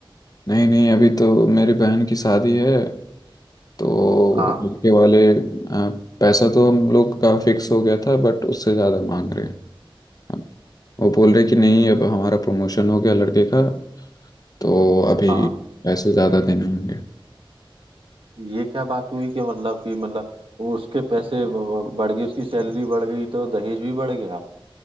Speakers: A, on the left (about 45°); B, on the right (about 75°).
A: नहीं नहीं अभी तो मेरी बहन की शादी है तो
B: हाँ
A: लड़के वाले आ, पैसा तो हम लोग का फिक्स हो गया था बट उससे ज़्यादा मांग रहे हैं हम- वो बोल रहे कि नहीं अब हमारा प्रमोशन हो गया लड़के का तो अभी
B: हाँ
A: पैसे ज़्यादा देने होंगे
B: ये क्या बात हुई कि मतलब कि मतलब वो उसके पैसे ब- ब- बढ़ गए उसकी सैलरी बढ़ गई तो दहेज भी बढ़ गया